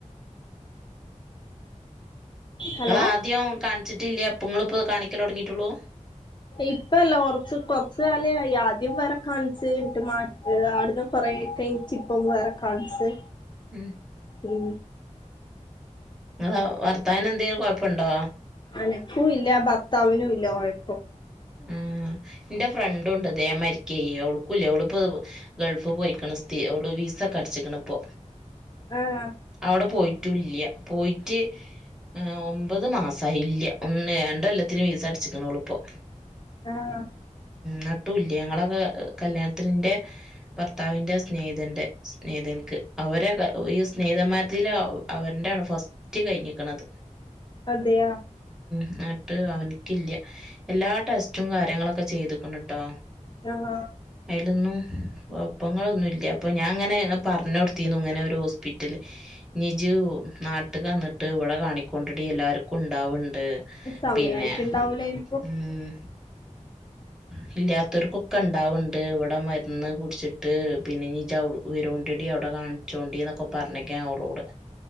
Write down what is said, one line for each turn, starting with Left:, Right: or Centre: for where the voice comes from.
Left: ഹലോ
Centre: നിങ്ങള ആദ്യം കാണിച്ചിട്ടില്ല പ്പൊ ങ്ങളി പ്പോ കാണിക്കലൊട്ങ്ങിയിട്ടോള്ളൂ
Left: ഇപ്പല്ല കൊറച്ച് <unintelligible> ആദ്യം ബടെ കാണിച് ന്നിട്ട് മാ അട്ന്ന് കൊറേ കഴിച് ഇപ്പം വേറെ കാണിച്
Centre: ഉം
Left: ഉം
Centre: <unintelligible> വർത്താവിനന്തെകൊഴപ്പണ്ടോ
Left: അനക്കും ഇല്ല ഭർത്താവിനും ഇല്ല കുഴപ്പം
Centre: ഉം ന്റെ ഫ്രണ്ടുണ്ട്ദേമാരി കേയോൾക്കൂല്ല അവളിപ്പോ ഗൾഫ് പോയിക്കണ് സ്തി അവള് വിസക്കെ അടിചാക്ണ ഇപ്പൊ
Left: ആഹ്
Centre: അവിടെ പോയിട്ടുംല്ല പോയിട്ട് ആ ഒമ്പത് മാസയില്ല ഉം ന്നെ രണ്ടൊല്ലത്തിന് ഫീസടിച്ചിക്ണ് ഓളിപ്പൊ
Left: ആഹ്
Centre: നട്ടു ഇല്യ ഞങ്ങളത് കല്യാണത്തിന്റെ ഭർത്താവിന്റ സ്നേഹിതന്റെ സ്നേഹതനിക്ക് അവരെ ഈ സ്നേഹതന്മാര്തിൽ അവു അവന്റാണ് ഫസ്റ്റ് കഴിഞ്ഞിക്കത്
Left: അതെയാ
Centre: എന്നട്ട് അവനിക്കില്ല എല്ലാ ടെസ്റ്റും കാര്യങ്ങളൊക് ക്കെ ചെയ്തുക്ണ് ട്ടോ
Left: യ ഹ
Centre: ത് ന്നും കുഴപ്പങ്ങളൊന്നുല്ല പം ഞാൻ അങ്ങനെ പർഞൊടുത്തിന്നു ഇങ്ങനെ ഒരു ഹോസ്പിറ്റല് നിജു നാട്ട് ക്കെന്നിട്ട് ഇവിടെ കാണിക്കൊണ്ടിടി എല്ലാർക്കും ഉണ്ടാവ ണ്ട്
Left: സമയായിട്ടുണ്ടാവൂലായിരിക്കും
Centre: പിന്നെ ഉം ത് ല്ലാത്തൊരുകൊക്കെ ഇണ്ടാവുണ്ട് ഇവിടെ മരുന്ന് കുടിച്ചിട്ട് പിന്നെ നിജ്ജ് വരോണ്ടടി അവിടെ കാണിച്ചോണ്ടിന്നൊക്കെ പറഞ്ഞേക്കാ ഓളോട്